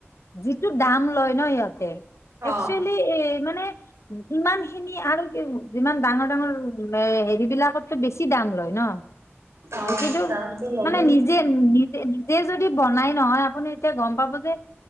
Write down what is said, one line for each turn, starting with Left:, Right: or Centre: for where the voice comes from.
Left: যিটো দাম লয় ন সিহঁতে একচুৱেলি
Right: অ
Left: এ মানে ইমান খিনি আৰু যিমান ডাঙৰ ডাঙৰ এ হেৰি বিলাকত টো বেছি দাম লয় ন
Right: অ
Left: কিন্তু
Right: দামটো ল'বই
Left: মানে নিজে নিজে নিজে য বনাই নহয় আপুনি এতিয়া গম পাব যে